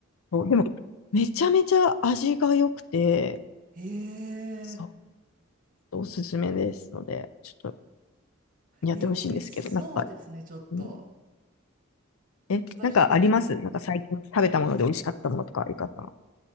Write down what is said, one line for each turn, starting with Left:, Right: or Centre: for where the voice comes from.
Left: そうでも、めちゃめちゃ味が良くて、
Right: ええ
Left: そう、おすすめですので、ちょっとやってほしいんですけど、
Right: え、美味しそうですね、
Left: なんか、
Right: ちょっと。
Left: うん、え、
Right: 私、
Left: なんかありますなんか最近食べたもので美味しかったものとか、ゆかさん。